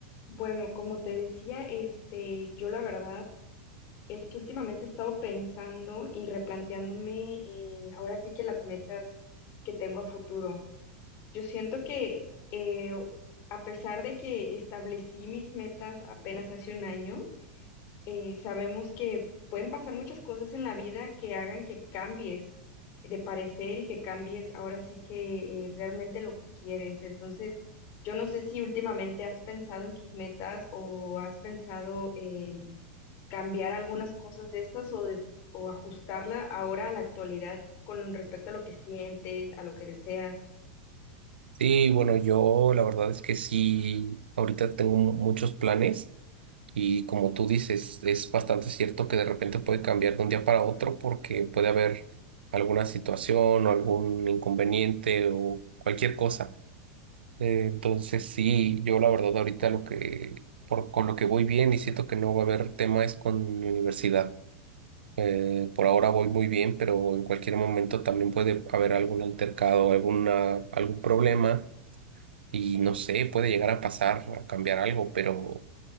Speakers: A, on the left (about 45°); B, on the right (about 70°).
A: Bueno, como te decía, este, yo la verdad es que últimamente he estado pensando y replanteándome eh, ahora sí que las metas que tengo a futuro. Yo siento que eh, a pesar de que establecí mis metas apenas hace un año, eh, sabemos que pueden pasar muchas cosas en la vida que hagan que cambies de parecer y que cambies ahora sí que eh, realmente lo que quieres. Entonces, yo no sé si últimamente has pensado en tus metas o has pensado en cambiar algunas cosas de estas o, des- o ajustarla ahora a la actualidad con respecto a lo que sientes, a lo que deseas.
B: Sí, bueno, yo la verdad es que sí, ahorita tengo mu- muchos planes y como tú dices, es bastante cierto que de repente puede cambiar de un día para otro porque puede haber alguna situación o algún inconveniente o cualquier cosa. Eh, entonces sí, yo la verdad ahorita lo que, por, con lo que voy bien y siento que no va a haber tema es con mi universidad. Eh, por ahora voy muy bien, pero en cualquier momento también puede haber algún altercado, alguna, algún problema y no sé, puede llegar a pasar, a cambiar algo, pero